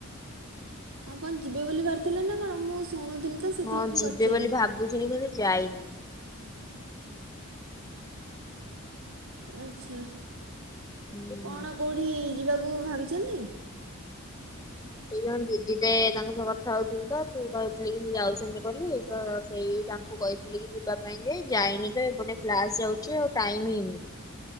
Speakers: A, on the right; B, on the left.
A: ଆଉ କଣ ଯିବେ ବୋଲି ଭାରିଥିଲେ ନା କଣ? ମୁଁ ଶୁଣୁଥିଲି। ତ ସେଥିପାଇଁ
B: ହଁ
A: ମୁଁ
B: ଯିବେ
A: ପଚାରିଲି
B: ବୋଲି ଭାବୁଥିଲି, କିନ୍ତୁ ଯାଇନି।
A: ଆଛା,
B: ହୁଁ
A: କଣ କୋଉଠି ଯିବାକୁ ଭାବିଛନ୍ତି?
B: ସେଇ ଜଣ ଦିଦି ଟେ ତାଙ୍କ ସହ କଥା ହଉଥିଲି ତ, ସେ କହିଥିଲେ କି ସେ ଯାଉଛନ୍ତି ବୋଲି, ତ ସେଇ ମୁଁ କହିଥିଲି କି ଯିବା ପାଇଁ ଯେ, ଯାଇନି ତ ଏପଟେ କ୍ଲାସ ରହୁଛି, ଆଉ ଟାଇମ ହେଇନି।